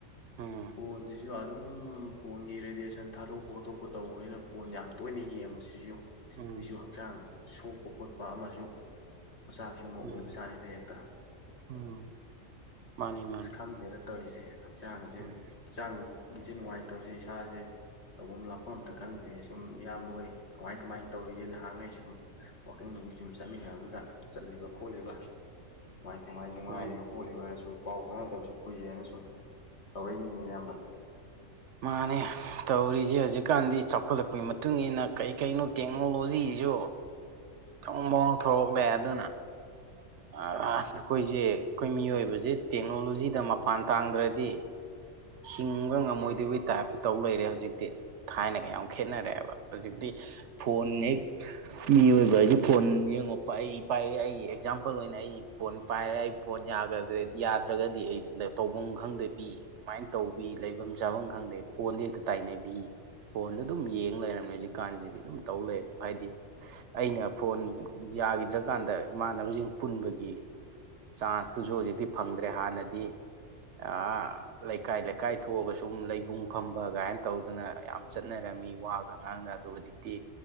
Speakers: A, on the right (about 70°); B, on the left (about 55°).
A: ꯎꯝ
B: ꯐꯣꯟꯁꯤꯁꯨ ꯑꯗꯨꯝ ꯐꯣꯟꯒꯤ ꯔꯦꯗꯤꯌꯦꯁꯟ ꯊꯥꯗꯣꯛꯄ ꯈꯣꯠꯇꯣꯛꯄ ꯇꯧꯕꯅꯤꯅ ꯐꯣꯟ ꯌꯥꯝ ꯇꯣꯏꯅ ꯌꯦꯡꯕꯁꯤꯁꯨ
A: ꯎꯝ
B: ꯁꯤꯁꯨ ꯍꯛꯆꯥꯡ ꯁꯣꯛꯄ ꯈꯣꯠꯄ ꯑꯃꯁꯨ ꯃꯆꯥꯛ ꯁꯤꯃ ꯑꯣꯏꯕ
A: ꯎꯝ
B: ꯆꯥꯠꯅꯤꯗꯥ ꯍꯦꯛꯇ
A: ꯎꯝ ꯃꯥꯅꯤ ꯃꯥꯅꯤ
B: ꯑꯁ ꯈꯪꯗꯦꯗ ꯇꯣꯏꯁꯦ ꯍꯛꯆꯥꯡꯁꯦ
A: ꯎꯝ
B: ꯍꯛꯆꯥꯡꯁꯦ ꯅꯨꯡꯉꯥꯏꯇꯕꯁꯦ ꯏꯁꯥꯁꯦ ꯇꯧꯐꯝ ꯂꯥꯛꯐꯝ ꯑꯃꯇ ꯈꯪꯗꯦ ꯁꯨꯝ ꯏꯌꯥꯝꯕ ꯍꯣꯏ ꯀꯃꯥꯏ ꯀꯃꯥꯏꯅ ꯇꯧꯔꯤꯒꯦ ꯅꯍꯥꯟꯉꯩ ꯁꯨꯝ ꯋꯥ ꯀꯤꯡ ꯅꯨꯡꯒꯤꯡ ꯁꯨꯝ ꯆꯠꯃꯤꯟꯅꯗꯨꯗ ꯆꯠꯂꯤꯕꯥ ꯈꯣꯠꯂꯤꯕꯥ ꯀꯃꯥꯏ ꯀꯃꯥꯏꯟ ꯅꯨꯡꯉꯥꯏꯔꯤꯕ
A: ꯎꯝ
B: ꯈꯣꯠꯂꯤꯕꯅ ꯁꯨꯝ ꯄꯥꯎ ꯐꯥꯎꯅꯗꯕꯁꯨ ꯀꯨꯏꯔꯦꯅ ꯁꯨꯝ ꯇꯧꯔꯛꯏꯅꯤꯅꯦ ꯏꯌꯥꯝꯕ
A: ꯃꯥꯅꯦ ꯇꯧꯔꯤꯁꯦ ꯍꯧꯖꯤꯛꯀꯥꯟꯗꯤ ꯆꯥꯎꯈꯠꯂꯛꯄꯒꯤ ꯃꯇꯨꯡ ꯏꯟꯅ ꯀꯩ ꯀꯩꯅꯣ ꯇꯦꯛꯅꯣꯂꯣꯖꯤꯁꯨ ꯊꯪꯃꯣꯛ ꯊꯣꯛꯂꯦ ꯑꯗꯨꯅ ꯑꯥ ꯑꯩꯈꯣꯏꯁꯦ ꯑꯩꯈꯣꯏ ꯃꯤꯑꯣꯏꯕꯁꯦ ꯇꯦꯛꯅꯣꯂꯣꯖꯤꯗ ꯃꯄꯥꯟ ꯇꯥꯡꯗ꯭ꯔꯗꯤ ꯍꯤꯡꯕ ꯉꯝꯃꯣꯏꯗꯕꯩ ꯇꯥꯏꯞꯇ ꯇꯧ ꯂꯩꯔꯦ ꯍꯧꯖꯤꯛꯇꯤ ꯊꯥꯏꯅꯒ ꯌꯥꯝ ꯈꯦꯠꯅꯔꯦ ꯍꯥꯏꯕ ꯍꯧꯖꯤꯛꯇꯤ ꯐꯣꯟꯅꯦꯛ ꯃꯤꯑꯣꯏꯕ ꯍꯥꯏꯖꯦ ꯐꯣꯟ ꯌꯦꯡꯉꯣ ꯄꯥꯏ ꯄꯥꯏ ꯑꯩ ꯑꯦꯛꯖꯥꯝꯄꯜ ꯑꯣꯏꯅ ꯑꯩ ꯐꯣꯟ ꯄꯥꯏꯔꯦ ꯑꯩ ꯐꯣꯟ ꯌꯥꯗ꯭ꯔꯗ ꯌꯥꯗ꯭ꯔꯒꯗꯤ ꯑꯩ ꯇꯧꯐꯝ ꯈꯪꯗꯕꯤ ꯑꯗꯨꯃꯥꯏꯟ ꯇꯧꯕꯤ ꯂꯩꯐꯝ ꯆꯥꯐꯝ ꯈꯪꯗꯦ ꯐꯣꯟꯗ ꯍꯦꯛꯇ ꯇꯥꯏꯅꯕꯤ ꯐꯣꯟꯗ ꯑꯗꯨꯝ ꯌꯦꯡ ꯂꯩꯔꯝꯃꯦ ꯍꯧꯖꯤꯛ ꯀꯥꯟꯁꯤꯗꯤ ꯑꯗꯨꯝ ꯇꯧ ꯂꯩꯔꯦ ꯍꯥꯏꯗꯤ ꯑꯩꯅ ꯐꯣꯟ ꯌꯥꯒꯤꯗ꯭ꯔꯀꯥꯟꯗ ꯏꯃꯥꯟꯅꯕꯁꯤꯡ ꯄꯨꯟꯕꯒꯤ ꯆꯥꯟꯁꯇꯨꯖꯨ ꯍꯧꯖꯤꯛꯇꯤ ꯐꯪꯗ꯭ꯔꯦ ꯍꯥꯟꯅꯗꯤ ꯑꯑꯥ ꯂꯩꯀꯥꯏ ꯂꯩꯀꯥꯏ ꯊꯣꯛꯑꯒ ꯁꯨꯝ ꯂꯩꯕꯨꯡ ꯐꯝꯕ ꯀꯥꯏꯅ ꯇꯧꯗꯅ ꯌꯥꯝ ꯆꯠꯅꯔꯝꯃꯤ ꯋꯥꯒ ꯉꯥꯡꯅ ꯑꯗꯣ ꯍꯧꯖꯤꯛꯇꯤ